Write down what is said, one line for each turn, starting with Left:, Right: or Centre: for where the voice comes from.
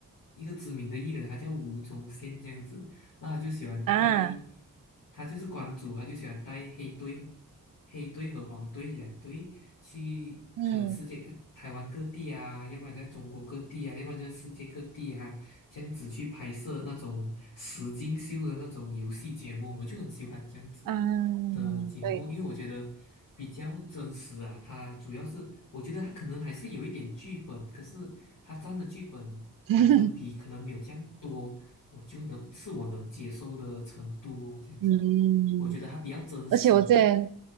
Left: 一个知名的艺人，他叫吴宗宪这样子。那他就喜欢带，
Right: 啊，
Left: 他就是关主，他就喜欢带黑队、黑队和黄队两队去，
Right: 嗯
Left: 可能世界呃台湾各地啊，要不然在中国各地啊，要不然就世界各地啊。这样子去拍摄那种实境秀的那种游戏节目，我就很喜欢这样子
Right: 嗯，
Left: 的节目，
Right: 对，
Left: 因为我觉得比较真实啊。它主要是我觉得它可能还是有一点剧本，可是它占的剧本百分比可能没有这样多，
Right: <laughs>
Left: 我就能是我能接受的程度哦。这样子，
Right: 嗯。
Left: 我觉得它比较真实一点。
Right: 而且我这。前